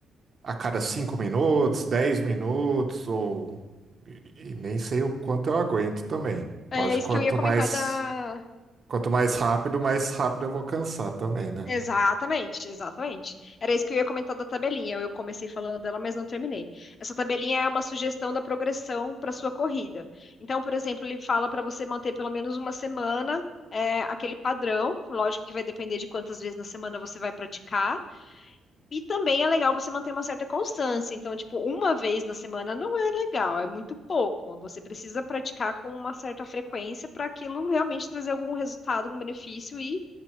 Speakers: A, on the right; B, on the left.
A: a cada cinco minutos, 10 minutos, ou. E, e nem sei o quanto eu aguento também.
B: É
A: Lógico,
B: isso
A: quanto
B: que eu ia comentar
A: mais,
B: da.
A: quanto mais rápido, mais rápido eu vou cansar também, né?
B: Exatamente, exatamente. Era isso que eu ia comentar da tabelinha. Eu comecei falando dela, mas não terminei. Essa tabelinha é uma sugestão da progressão para sua corrida. Então, por exemplo, ele fala para você manter pelo menos uma semana é, aquele padrão. Lógico que vai depender de quantas vezes na semana você vai praticar. E também é legal você manter uma certa constância. Então, tipo, uma vez na semana não é legal, é muito pouco. Você precisa praticar com uma certa frequência para aquilo realmente trazer algum resultado, algum benefício e